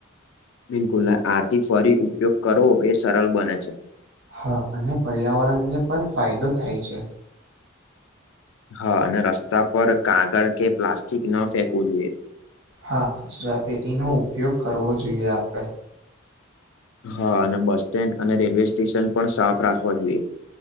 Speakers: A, on the left; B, on the right.
A: બિલકુલ આથી ફરી ઉપયોગ કરો એ સરળ બને છે.
B: હા અને પર્યાવરણને પણ ફાયદો થાય છે.
A: હા અને રસ્તા પર કાગળ કે પ્લાસ્ટિક ન ફેંકવું જોઈએ.
B: હા કચરાપેટીનો ઉપયોગ કરવો જોઈએ આપણે.
A: હા અને બસ સ્ટેન્ડ અને રેલવે સ્ટેશન પણ સાફ રાખવા જોઈએ.